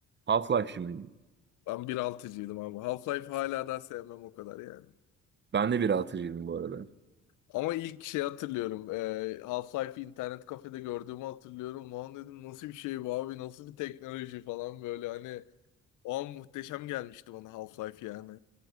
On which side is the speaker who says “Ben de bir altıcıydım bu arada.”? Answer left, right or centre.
Right